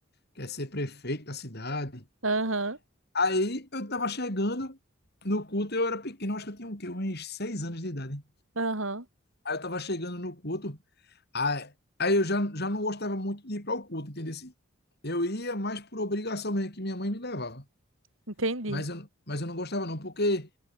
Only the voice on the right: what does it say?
Aham,
aham,
entendi.